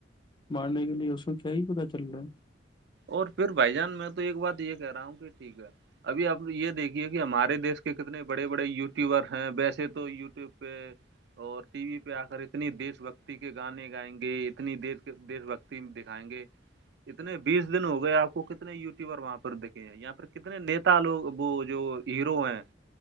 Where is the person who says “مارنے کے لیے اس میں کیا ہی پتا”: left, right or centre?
Left